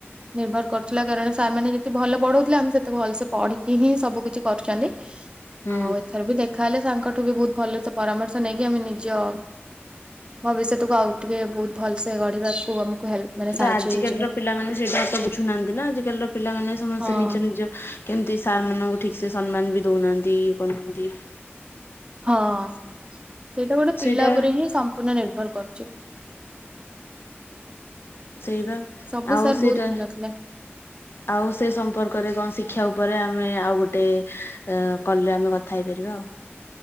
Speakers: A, on the right; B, on the left.
A: ନିର୍ଭର କରୁଥିଲା କାରଣ ସାର୍ ମାନେ ଯେତେ ଭଲ ପଢଉଥିଲେ ଆମେ ସେତେ ଭଲସେ ପଢିକି ହିଁ ସବୁ କିିଛି କରୁଛନ୍ତି
B: ହୁଁ।
A: ଆଉ ଏଥର ବି ଦେଖା ତାହେଲେ ସାରଙ୍କଠୁ ବି ବହୁତ ଭଲ ସେ ପରାମର୍ଶ ନେଇକି ଆମେ ନିଜ ଭବିଷ୍ୟତକୁ ଆଉ ଟିକେ ବହୁତ ଭଲସେ ଗଢିବାକୁ ଆମକୁ ହେଲ୍ପ ମାନେ ସାହାଯ୍ୟ
B: ତ ଆଜିକାଲିର
A: ହେଇଯିବ।
B: ପିଲାମାନେ ସେଇଟା ତ ବୁଝୁନାହାନ୍ତି ନା ଆଜିିକାଲର ପିଲାମାନେ ସମସ୍ତେ
A: ହଁ
B: ନିଜ ନିଜ କେମିତି ସାର୍ ମାନଙ୍କୁ ଠିକ ସେ ସମ୍ମାନ ବି ଦଉନାହାନ୍ତି ଇଏ କରୁନାହାନ୍ତି।
A: ହଁ। ସେଇଟା ଗୋଟେ
B: ସେଇଟା
A: ପିଲା ଉପରେ ହିଁ ସମ୍ପୂର୍ଣ୍ଣ ନିର୍ଭର କରୁଛି।
B: ସେଇବା
A: ସବୁ
B: ଆଉ
A: ସାର୍
B: ସେଇଟା।
A: ବହୁତ ଭଲ ଥିଲେ
B: ଆଉ ସେ ସମ୍ପର୍କରେ କଣ ଶିକ୍ଷା ଉପରେ ଆମେ ଆଉ ଗୋଟେ କଲରେ ଆମେ କଥା ହେଇପାରିବା ଆଉ। <inaudible>